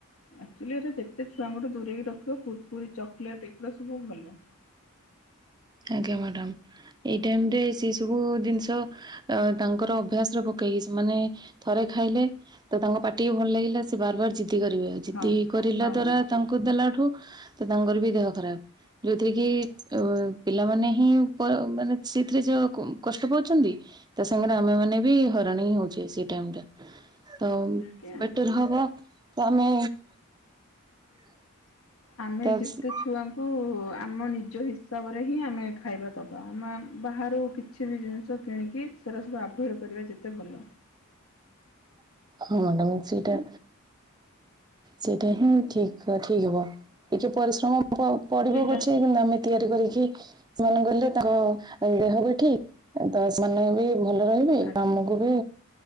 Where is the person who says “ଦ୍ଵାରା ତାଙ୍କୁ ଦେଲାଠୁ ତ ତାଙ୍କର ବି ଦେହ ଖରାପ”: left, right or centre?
Right